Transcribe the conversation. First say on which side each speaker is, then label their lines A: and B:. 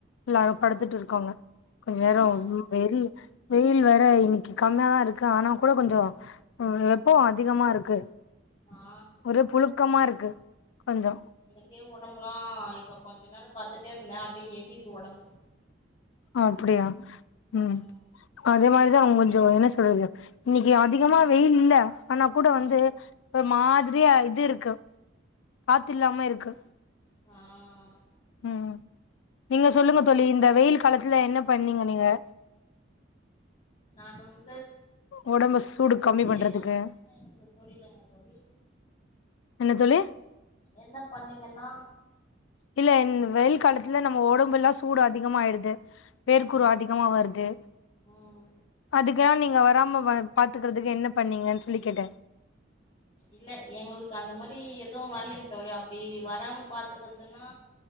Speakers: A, on the left (about 80°); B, on the left (about 30°).
A: எல்லாரூ படுத்துட்டு
B: ஆ
A: இருக்காங்க கொஞ்ச நேரோ
B: ஆ
A: வெளி வெயில் வேற இன்னைக்கி கம்யாதாருக்கு ஆனா கூட கொஞ்சொ வெப்பொ அதிகமா இருக்கு
B: ஆ
A: ஒரே புழுக்கமா இருக்கு கொஞ்சொ
B: கே ஒடம்புலா ஆ இப்ப கொஞ்சொ நேரோ பத்துட்டே இருந்தே அப்டியே எரியுது ஒடம்பு
A: அப்டியா உம்
B: ம்
A: அதே மாரி து அவங் கொஞ்சொ என்ன சொல்றது இன்னைக்கி அதிகமா வெயில் இல்ல ஆனா கூட வந்து
B: ம்
A: மாதிரியா இது இருக்கு காத்தில்லாம இருக்கு
B: ஆஹ்
A: உம் நீங்க சொல்லுங்க தோழி இந்த வெயில் காலத் துல என்ன பண்ணிங்க நிக
B: நான் வந்
A: ஒடம்ப சூடு கம்மி பண்றதுக்கு
B: என்ன பண்ணீங்கன்னா எனக்கு புரியலங்க தோழி
A: என்ன தோழி
B: என்ன பண்ணிங்கன்னா
A: இல்ல இந் வெயில் காலத்துல நம்ம ஒடம்புல்லா சூடு அதிகமாயிடுது வேர்க்குறு
B: ஆ
A: அதிகமா வருது
B: ம்
A: அதுக்கெலா நீங்க வருத் வராம வ பாத்துக்றதுக்கு என்ன பண்ணிங்கன் சொல்லி கேட்டே
B: இல்ல எங்களுக்கு அந்த மாரி எதுவு வரலைங் தோழி ஈ வராம பாத்துக்றத்துனா